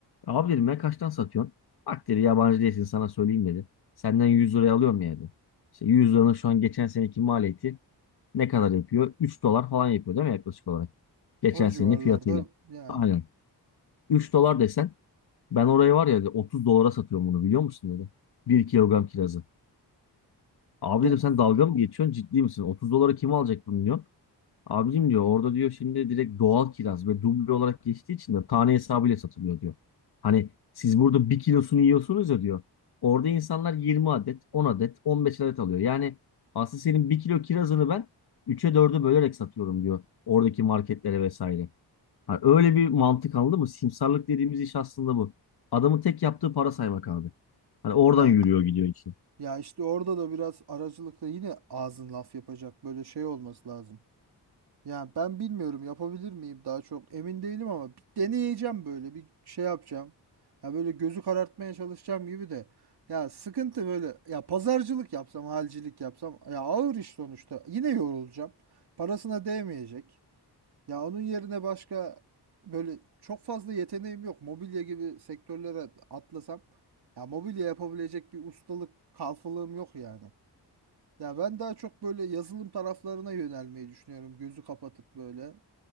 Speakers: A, on the left; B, on the right.
A: Abi dedim ya kaçtan satıyorsun? Bak dedi yabancı değilsin sana söyleyeyim dedi. Senden 100 liraya alıyorum ya dedi. İşte 100 liranın şu an geçen seneki maliyeti ne kadar yapıyor? 3 dolar falan yapıyor değil mi yaklaşık olarak? Geçen
B: O civarlarda
A: senenin fiyatıyla.
B: yani
A: Aynen. 3 dolar desen ben orayı var ya dedi, 30 dolara satıyorum bunu biliyor musun dedi. 1 kilogram kirazı. Abi
B: dokuz
A: dedim sen dalga mı geçiyorsun ciddi misin? 30 dolara kim alacak bunu diyor. Abicim diyor orada diyor şimdi direkt doğal kiraz ve duble olarak geçtiği için de tane hesabıyla satılıyor diyor. Hani siz burada bir kilosunu yiyorsunuz ya diyor. Orada insanlar 20 adet, 10 adet, 15 adet alıyor. Yani aslında senin bir kilo kirazını ben 3'e 4'e bölerek satıyorum diyor. Oradaki marketlere vesaire. Hani öyle bir mantık anladın mı? Simsarlık dediğimiz iş aslında bu. Adamın tek yaptığı para saymak abi. Hani oradan
B: ya
A: yürüyor gidiyor işi.
B: Ya işte orada da biraz aracılıkla yine ağzın laf yapacak böyle şey olması lazım. Yani ben bilmiyorum yapabilir miyim daha çok emin değilim ama bir deneyeceğim böyle bir şey yapacağım. Ya böyle gözü karartmaya çalışacağım gibi de. Ya sıkıntı böyle ya pazarcılık yapsam halcilik yapsam ya ağır iş sonuçta yine yorulacağım. Parasına değmeyecek. Ya onun yerine başka böyle çok fazla yeteneğim yok. Mobilya gibi sektörlere atlasam ya mobilya yapabilecek bir ustalık kalfalığım yok yani. Ya ben daha çok böyle yazılım taraflarına yönelmeyi düşünüyorum. Gözü kapatıp böyle